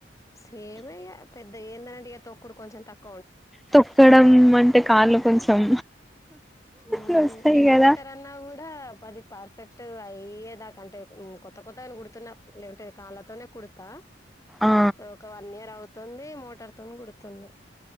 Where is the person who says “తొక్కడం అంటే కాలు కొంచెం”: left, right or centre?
Centre